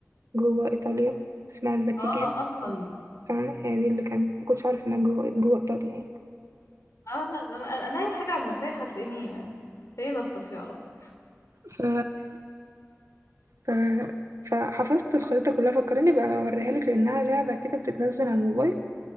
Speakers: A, on the right; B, on the left.
A: جوه إيطاليا اسمها الفاتيكان
B: اه اصلا
A: فاهمة هي دي اللي كان ما كنتش عارف إنها جوه جوه إيطاليا يعني
B: اه لا ده انا أنا اي حاجة على المسيح هتلاقيني هتلاقيني نطة فيها على طول
A: ف... ف... فحفظت الخريطة كلها فكرني بقى أوريها لك لأنها لعبة كده بتتنزل على الموبايل